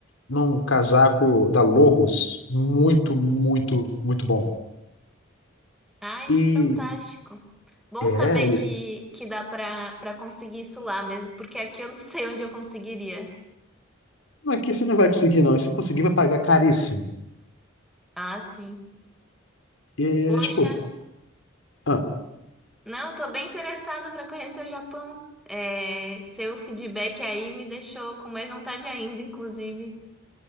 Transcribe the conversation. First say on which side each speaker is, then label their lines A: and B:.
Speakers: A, on the left; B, in the centre.
A: num casaco da Logos. Muito, muito, muito bom.
B: Ai,
A: E
B: que fantástico. Bom
A: é,
B: saber
A: ele-
B: que, que dá pra, pra conseguir isso lá mesmo, porque aqui eu não <laughs> sei onde eu conseguiria.
A: não, aqui você não vai conseguir, não. E Se conseguir, vai pagar caríssimo.
B: Ah, sim.
A: E
B: Poxa.
A: tipo, ah,
B: Não, tô bem interessada para conhecer o Japão. É, seu feedback aí me deixou com mais vontade ainda, inclusive.